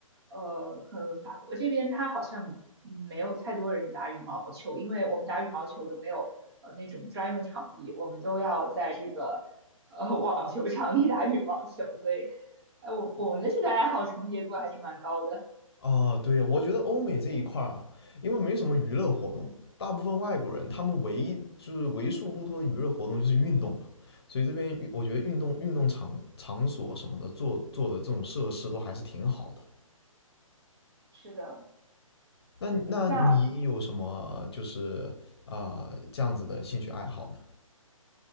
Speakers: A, on the right; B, on the left.
A: 呃，可能法国这边它好像嗯没有太多人打羽毛球，因为我们打羽毛球都没有呃那种专用场地，我们都要在这个呃网球场里打羽毛球，所以，呃，我我们的这个爱好重叠度还是蛮高的。
B: 哦，对呀，我觉得欧美这一块儿啊，因为没什么娱乐活动，
A: 嗯，
B: 大部分外国人他们唯一就是为数不多的娱乐活动就是运动了，所以这边运我觉得运动运动场场所什么的做做的这种设施都还是挺好的。
A: 是的，
B: 那那你有什么就是啊、
A: 那
B: 呃这样子的兴趣爱好呢？